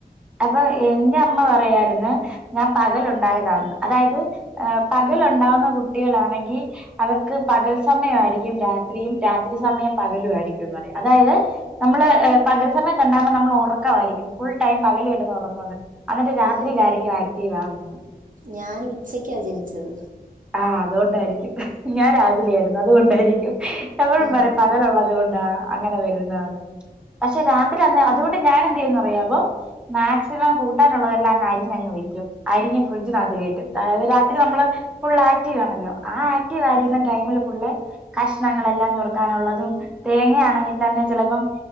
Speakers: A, in the centre; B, on the right.
A: അപ്പൊ എന്റെ അമ്മ പറയാ പിന്നെ ഞാൻ പകലുണ്ട് അതായത് പകലുണ്ടാവുന്ന കുട്ടികളാണെങ്കിൽ അവർക്ക് പകൽ സമയം ആയിരിക്കും രാത്രിയും രാത്രി സമയം പകലും ആയിരിക്കുന്ന് പറയും. അതായത് നമ്മള് പകൽ സമയത്ത് ഉണ്ടാകുമ്പോ നമ്മള് ഉറക്കം ആയിരിക്കും. ഫുൾ ടൈം പകല് കിടന്ന് ഉറങ്ങുന്ന് എന്നിട്ട് രാത്രിയിലായിരിക്കും
B: ഉം, ഉം.
A: ആക്റ്റീവ് ആവുന്ന
B: ഞാൻ ഉച്ചയ്ക്കാ ജനിച്ചത്
A: ആഹ് അതുകൊണ്ടായിരിക്കും ഞാൻ രാവിലെയായിരുന്നു അതുകൊണ്ടായിരിക്കും എപ്പോഴും
B: ഉം,
A: പറയും പകലുള്ളത് കൊണ്ട് അങ്ങനെ വരുന്ന പക്ഷെ രാത്രി അന്ന് അതുകൊണ്ട് ഞാൻ എന്ത് ചെയ്യുന്ന് അറിയാവോ മാക്സിമം കൂട്ടാനുള്ളതെല്ലാം അങ്ങ് അരിഞ്ഞങ്ങ് വെക്കും അരിഞ്ഞ് ഫ്രിഡ്ജിനകത്ത് കേറ്റും അതായത് രാത്രി നമ്മള് ഫുൾ ആകറ്റീവ് ആണല്ലോ ആ ആക്റ്റീവ് ആയിരുന്ന
B: ഉം,
A: ടൈമിൽ ഫുള്ളെ കഷ്ണങ്ങളെല്ലാം ഞുറുക്കാനുള്ളതും തേങ്ങയാണെങ്കിൽ തന്നെ ചിലപ്പം